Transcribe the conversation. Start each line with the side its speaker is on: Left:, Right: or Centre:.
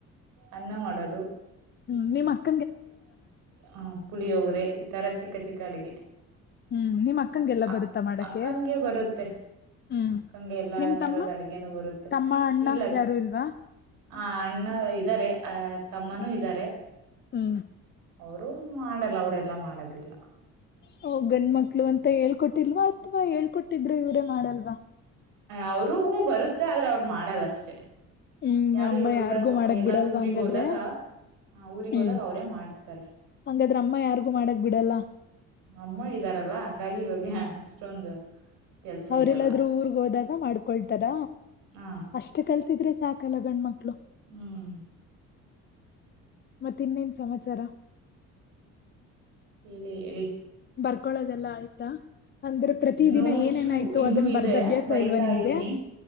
Right: ಅನ್ನ ಮಾಡೋದು
Left: ಹ್ಮ್ ನಿಮ್ಮತ್ತ
Right: ಹ ಪುಳಿಯೋಗರೆ ಈ ತರ ಚಿಕ್ಕ ಚಿಕ್ಕ ಅಡಗೆ
Left: ಹ್ಮ್ ನಿಮ್ ಅಕ್ಕಂಗೆಲ್ಲ
Right: ಅಕ್ಕ
Left: ಬರುತ್ತಾ ಮಾಡಕ್ಕೆ
Right: ಅಕ್ಕಂಗೆ ಬರುತ್ತೆ
Left: ಹ್ಮ್
Right: ಅಕ್ಕನಿಗೆ ಎಲ್ಲಾ
Left: ನಿಮ್
Right: ತರದ
Left: ತಮ್ಮ
Right: ಅಡ್ಗೆನು ಬರುತ್ತೆ
Left: ತಮ್ಮ ಅಣ್ಣ
Right: ಇಲ್ಲ
Left: ಯಾರು ಇಲ್ವಾ
Right: ಆ ಅಣ್ಣ ಇದ್ದಾರೆ ಅ ತಮ್ಮನೂ ಇದ್ದಾರೆ
Left: ಹ್ಮ
Right: ಅವರು ಮಾಡಲ್ಲ ಅವರೆಲ್ಲ ಮಾಡದಿಲ್ಲ
Left: ಹೋ ಗಂಡ ಮಕ್ಳು ಅಂತ ಹೇಳ್ಕೊಟ್ಟಿಲ್ವಾ ಅಥವಾ ಹೇಳ್ಕೊಟ್ಟಿದ್ರೆ ಇವರೇ ಮಾಡಲ್ವಾ
Right: ಅವ್ರರಿಗೂ ಬರುತ್ತೆ ಆದ್ರೆ ಅವ್ರು ಮಾಡಲ್ಲಷ್ಟೆ
Left: ಹ್ಮ್
Right: ಯಾರು
Left: ಅಮ್ಮ
Right: ಇಲ್ದಾಗ
Left: ಯಾರ್ಗೂ ಮಾಡಕ್
Right: ಎಲ್ಲಾದ್ರೂ
Left: ಬಿಡಲ್ವಾ
Right: ಊರಿಗ್
Left: ಹಂಗಾದ್ರೆ
Right: ಹೋದಾಗ ಹ ಊರಿಗ್
Left: ಹ್ಮ್
Right: ಹೋದಾಗ ಅವರೇ ಮಾಡ್ತಾರೆ
Left: ಹಂಗಾದ್ರ ಅಮ್ಮ ಯಾರ್ಗೂ ಮಾಡಕ್ ಬಿಡಲ್ಲ
Right: ಅಮ್ಮ ಇದಾರಲ್ಲ ಹಂಗಾಗಿ ಇವಾಗ ಅಷ್ಟೊಂದು ಕೆಲ್ಸ
Left: ಅವ್ರಲ್ಲಾದ್ರೂ
Right: ಇರಲ್ಲ
Left: ಊರ್ಗ್ ಹೋದಾಗ ಮಾಡ್ಕೊಳ್ತಾರ
Right: ಹ
Left: ಅಷ್ಟ್ ಕಲ್ತಿದ್ರೆ ಸಾಕಲ್ಲ ಗಂಡ್ಮಕ್ಳು
Right: ಹ್ಮ್
Left: ಮತ್ತ ಇನ್ನೇನ್ ಸಮಾಚಾರ
Right: ಹೇಳಿ ಹೇಳಿ
Left: ಬರ್ಕೊಳೋದೆಲ್ಲ ಆಯ್ತಾ ಅಂದ್ರೆ ಪ್ರತಿ
Right: ಇನ್ನೂ
Left: ದಿನ ಏನೇನಾಯ್ತು
Right: ಚೂ ಇನ್ನೂ
Left: ಅದನ್ ಬರ್ದ
Right: ಇದೆ
Left: ಅಭ್ಯಾಸ
Right: ಬೈತಾ
Left: ಇಲ್ವಾ ನಿಮ್ಗೆ
Right: ಇದ್ದೀನಿ